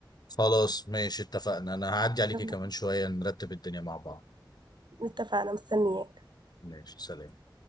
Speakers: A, on the left; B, on the right.
A: خلاص ماشي اتفقنا انا هعدي
B: اتفقنا
A: عليكي كمان شويه نرتب الدنيا مع بعض
B: اتفقنا، مستنياك
A: ماشي سلام